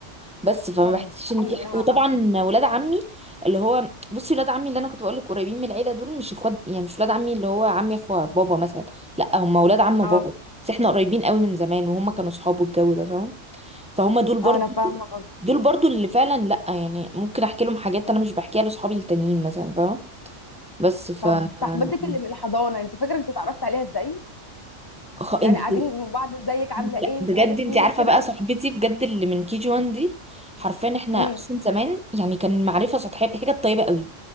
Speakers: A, in the centre; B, on the left.
A: بس فما
B: طب
A: بحسش ان
B: انا
A: في حق وطبعا ولاد عمي اللي هو بصي ولاد عمي اللي انا كنت بقول لك قريبين من العيله دول مش اخوات يعني مش ولاد عمي اللي هو عمي اخو بابا مثلا لا هم ولاد عم
B: اه
A: بابا بس احنا قريبين قوي من زمان وهم كانوا صحابه الجو ده فاهم فهم دول برضو
B: اه انا فاهمة قصدك
A: دول برضو اللي فعلا لا يعني ممكن احكي لهم حاجات انا مش بحكيها لاصحابي التانيين مثلا فاهمه بس ف
B: طب صاحبتك
A: <laughs>
B: اللي من الحضانة انتي فاكرة انت اتعرفت عليها ازاي
A: خ...
B: يعني
A: انت
B: قاعدين مع بعض ازيك عاملة
A: لا
B: ايه
A: بجد
B: مش عارف
A: انت
B: مين
A: عارفه
B: كده
A: بقى صاحبتي بجد اللي من كي جي 1 دي حرفيا احنا
B: امم
A: اصلا زمان يعني كان معرفه سطحيه حاجه طيبه قوي